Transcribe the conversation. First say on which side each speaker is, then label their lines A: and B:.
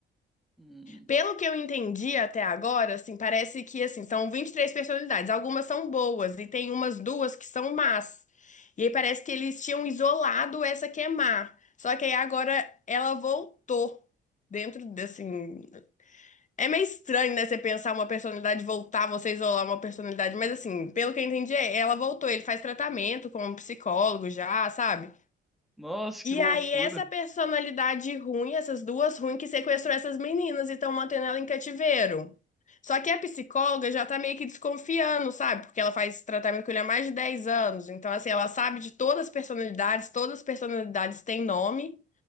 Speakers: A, in the centre; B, on the left.
A: Hum,
B: Pelo que eu entendi até agora, assim, parece que assim, são 23 personalidades. Algumas são boas e tem umas duas que são más. E aí parece que eles tinham isolado essa que é má. Só que aí agora ela voltou dentro de, assim, é meio estranho, né, você pensar uma personalidade voltar, você isolar uma personalidade, mas assim, pelo que eu entendi, é, ela voltou, ele faz tratamento com um psicólogo já, sabe?
A: Nossa, que
B: E
A: loucura.
B: aí, essa personalidade ruim, essas duas ruins, que sequestrou essas meninas e estão mantendo ela em cativeiro. Só que a psicóloga já tá meio que desconfiando, sabe? Porque ela faz esse tratamento com ele há mais de 10 anos. Então, assim, ela sabe de todas as personalidades, todas as personalidades têm nome.